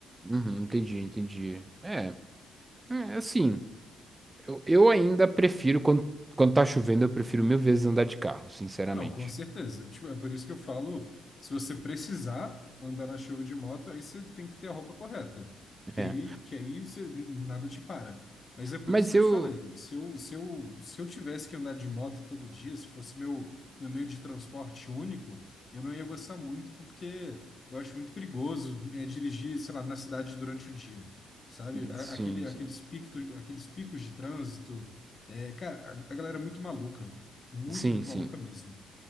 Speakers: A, on the right; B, on the left.
A: uhum, entendi, entendi. É, é assim, eu, eu ainda prefiro, quando, quando tá chovendo, eu prefiro mil vezes andar de carro, sinceramente.
B: Ah, não, com certeza. Tipo, é por isso que eu falo, se você precisar andar na chuva de moto, aí você tem que ter a roupa correta, que
A: É,
B: aí, que aí você- nada te para. Mas é por
A: mas
B: isso que
A: eu.
B: eu te falei, se eu, se eu, se eu tivesse que andar de moto todo dia, se fosse meu, meu meio de transporte único, eu não ia gostar muito, porque eu acho muito perigoso é, dirigir, sei lá, na cidade durante o dia, sabe? A-
A: Sim,
B: Aquele, aqueles
A: sim.
B: picto, aqueles picos de trânsito, é, cara, a a galera é muito maluca, muito,
A: Sim,
B: muito
A: sim.
B: maluca mesmo.